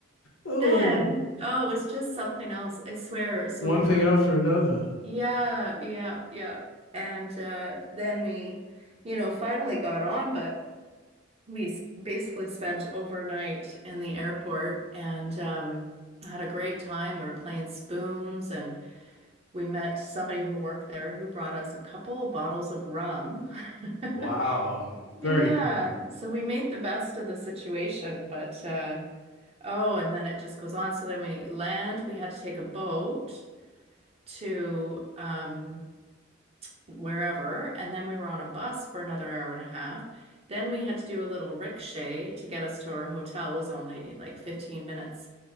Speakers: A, on the left; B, on the right.
A: Oh,
B: then, oh, it was just something else, I swear. So
A: one
B: we
A: thing
B: were,
A: after another.
B: yeah, yeah, yeah. And uh, then we, you know, finally got on, but We s- basically spent overnight in the airport and um, had a great time. We were playing spoons, and we met somebody who worked there who brought us a couple bottles of rum. <laughs>
A: Wow.
B: Yeah,
A: Very cool.
B: so we made the best of the situation, but uh, oh, and then it just goes on. So then we land, we had to take a boat to um, wherever. And then we were on a bus for another hour and a half. Then we had to do a little rickshaw to get us to our hotel, It was only like 15 minutes.